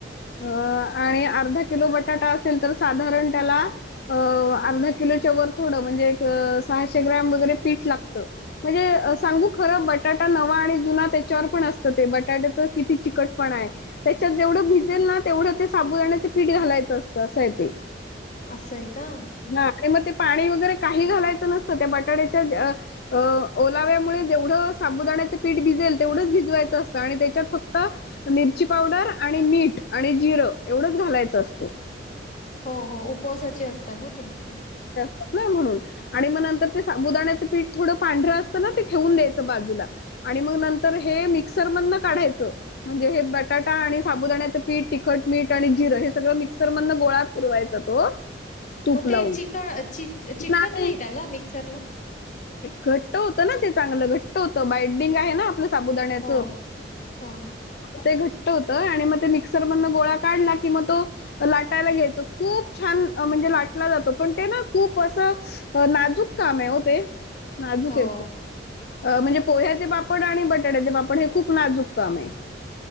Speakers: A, on the left; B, on the left.
A: अ आणि अर्धा किलो बटाटा असेल तर साधारण त्याला अ अर्धा किलोच्या वर थोडं म्हणजे, एक सहाशे ग्रॅम वगैरे पीठ लागतं म्हणजे सांगू खरं बटाटा नवा आणि जुना त्याच्यावर पण असतं ते बटाट्याच किती चिकटपण आहे, त्याच्यात जेवढं भिजेल ना तेवढं ते साबुदाण्याच पीठ घालायचं असतं असं आहे ते.
B: असंय का?
A: हां आणि म ते पाणी वगैरे काही घालायचं नसतं, त्या बटाट्याच्या आ अ ओलाव्यामुळे जेवढं साबुदाण्याचं पीठ भिजेल तेवढंच भिजवायचं असतं आणि त्याच्यात फक्त मिरची पावडर आणि मीठ आणि जिरं एवढंच घालायचं असतं.
B: हो हो उपवासाची अस तं ना ते हम्म.
A: <unintelligible> म्हणून आणि म नंतर ते साबुदाण्याचं पीठ थोडं पांढरं असतं ना ते ठेवून द्यायचं बाजूला आणि मग नंतर हे मिक्सरमधनं काढायचं म्हणजे हे बटाटा आणि साबुदाण्याचं पीठ, तिखट, मीठ आणि जिरं हे सगळं मिक्सरमधनं गोळा फिरवायचा तो तूप
B: मग
A: लावून
B: ते चिक चिट चिटकत
A: <unintelligible>
B: नाही त्याला मिक्सरला?
A: घट्ट होतं ना ते चांगलं घट्ट <unintelligible> होतं बायडिंग आहे ना आपलं साबुदाण्याचं
B: हो, हो, हो.
A: ते घ ट्ट होतं आणि मग ते मिक्सरमधनं गोळा काढला की मग तो लाटायला घ्यायचं खूप छान अ म्हणजे लाटला जातो पण ते ना खूप असं अ नाजूक काम आहे हो ते. नाजूक
B: हो.
A: आहे. अ म्हणजे पोह्याचे पापड आणि बटाट्याचे पापड हे खूप नाजूक काम आहे.